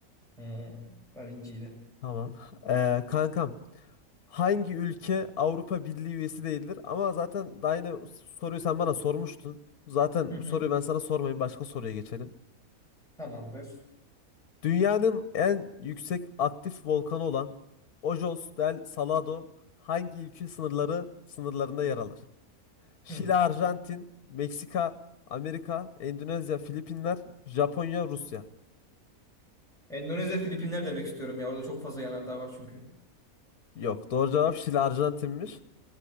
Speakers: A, in the centre; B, on the left (about 80°).
A: Hı. Da Vinci'ydi.
B: Tamam. Ee, kankam hangi ülke Avrupa Birliği üyesi değildir? Ama zaten daha yine soruyu sen bana sormuştun. Zaten
A: Hı hı.
B: bu soruyu ben sana sormayayım başka soruya geçelim.
A: Tamamdır.
B: Dünyanın en yüksek aktif volkanı olan Ojos del Salado hangi ülke sınırları sınırlarında yer alır? Şili,
A: Hı.
B: Arjantin, Meksika, Amerika, Endonezya, Filipinler, Japonya, Rusya.
A: Endonezya, Filipinler demek istiyorum ya. Orada çok fazla yanardağ var çünkü.
B: Yok, doğru cevap Şili, Arjantin'miş.